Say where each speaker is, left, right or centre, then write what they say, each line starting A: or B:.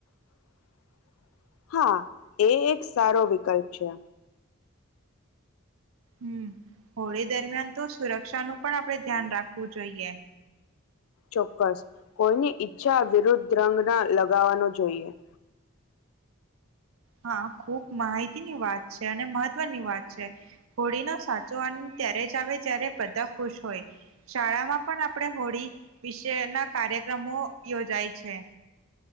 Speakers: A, on the left (about 80°); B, on the right (about 80°).
A: હરા. હા એ એક સારો વિકલ્પ છે.
B: હમ હોળી દરમિયાન તો સુરક્ષાનુંું પણ આપણે ધ્યાન રાખવું જોઈએ.
A: ચોક્કસ કોઈની ઈચ્છા વિરુદ્ધ રંગના લગાવવાનો જોઈએ.
B: હા ખુબ માહિતીની વાત છે અને મહત્વની વાત છે હોળીનો સાચો આ. ત્યારે જ આવે ત્યારે બધા ખુશ હોય શાળામાં પણ આપણે હોળી વિશેના કાર્ય. કાર્યક્રમો યોજાય છે.